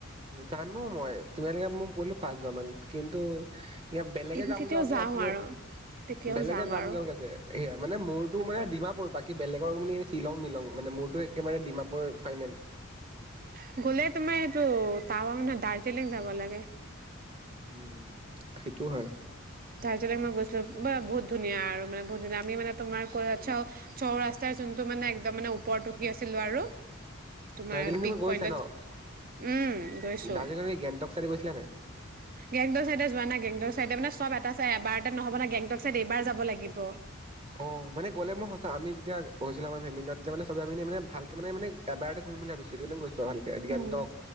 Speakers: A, on the right (about 25°); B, on the right (about 45°).
A: জানো মই তুমালোকে মই গলো পাঁচ বাৰ মান কিন্তু এতিয়া বেলেগে
B: তেতিয়াও
A: যাম যাওকে আছে যে
B: আৰু তেতিয়াও
A: বেলেগে যাম
B: আৰু
A: যাওকে আছে সেয়া মানে মোৰতো মানে ডিমাপুৰ বাকী বেলেগৰ মানে শ্বিলং মিলং মানে মোৰতো একেবাৰে ডিমাপুৰৰ ফাইনেল
B: উ গ'লে তোমাৰ সেইটো টাৱাং নহয় দাৰ্জিলিং যাব লাগে
A: উম সেইটো হয়
B: দাৰ্জিলিং মই গৈছিলো ব বহুত ধুনীয়া আৰু মানে বহুত ধুনীয়া আমি মানে তোমাৰ ক' চাও চৌ ৰাস্তাৰ যোনটো মানে একদম মানে ওপৰত বহি আছিলোঁ আৰু তোমাৰ
A: দাৰ্জিলিঙ
B: পিক
A: তুমি গৈছা
B: পইন্টত
A: ন
B: উম গৈছো
A: দাৰ্জিলিঙৰ এই গেংটক চাইটে গৈছিলা নাই
B: গেংটক চাইডে যোৱা নাই গেংটক চাইডে মানে চব এটা চাই এবাৰ এতে নহ'ব না গেংটক চাইড এবাৰ যাব লাগিব
A: অ মানে গলে মই সঁচা আমি যেতিয়া গৈছিলো আমাৰ ফেমিলি লগত তেতিয়া মানে আমি চবে মানে ভালকে মানে এবাৰতে ঘূৰিম বুলি ভাবিছিলো সেইটো কাৰণে গৈছো আৰু ভালকে
B: উম
A: গেংটক